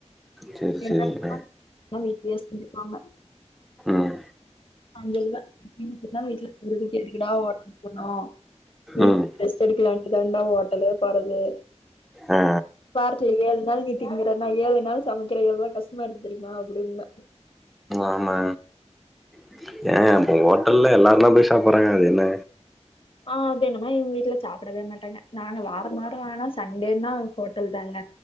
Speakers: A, in the centre; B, on the left (about 50°).
A: சேரி
B: என்ன
A: சேரி
B: வேணுமோ
A: ஆ
B: அல வீட்லயே செஞ்சுக்குவாங்க
A: ம்
B: <unintelligible> எதுக்கடா ஹோட்டல் போணு வீட்ல
A: ம்
B: ரெஸ்ட் எடுக்கலாண்டு தாண்டா ஓட்டலே போறது
A: ஆ
B: வாரத்துல ஏழு நாள் நீ திங்குற நா ஏழு நாள் சமைக்கிற எவ்ளோ கஷ்டமா இருக்கு தெரியுமா அப்டின்னுவ
A: ஆமா <unintelligible> ஹோட்டல்ல எல்லாருந்தா போய் சாப்பிட்றாங்க அது என்ன
B: ஆ அது என்னமோ எங்க வீட்ல சாப்பிடவே மாட்டாங்க நாங்க வாரோ வாரோ ஆனா சண்டேன்னா ஹோட்டல் தாங்க